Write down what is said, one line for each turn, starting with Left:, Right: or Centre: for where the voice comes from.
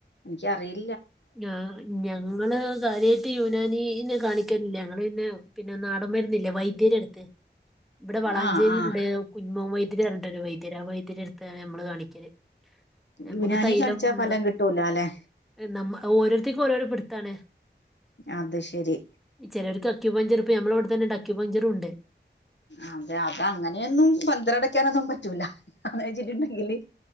Left: എനിക്ക് അറിയില്ല
Centre: ആ ഞങ്ങള് കാര്യമായിട്ട് യുനാനി കാണിക്ക ല്ല്യ ഞങ്ങള് പിന്നെ പിന്നെ നാടൻ വരുന്നില്ലേ വൈദ്യരടുത്ത് ഇവിടെ വളാഞ്ചേരി
Left: ആഹ് ആഹ്
Centre: ഉണ്ട് കുഞ്ഞിമോൻ വൈദ്യര് പറഞ്ഞിട്ട് ആ വൈദ്യരടുത്താണ് നമ്മള് കാണിക്കല് നമുക്ക്
Left: യുനാനി
Centre: തൈലം
Left: കാണിച്ചാ ഫലം
Centre: എതൊക്കെ
Left: കിട്ടൂല അല്ലെ
Centre: <unintelligible> നമ്മ ഓരോത്തേും ഓരോരോ പിടുത്താണ്
Left: അത് ശരി
Centre: ചിലർക്ക് അക്യൂ പഞ്ചർ ഇപ്പ ഞമ്മള ഇവിടെത്തന്നെ അക്യൂ പഞ്ചറും ഉണ്ട്
Left: അതെ അത അങ്ങനെയൊന്നും പഞ്ചാറാടക്കാനൊന്നും പറ്റൂല അന്ന് വെച്ചിട്ടുണ്ടെങ്കില്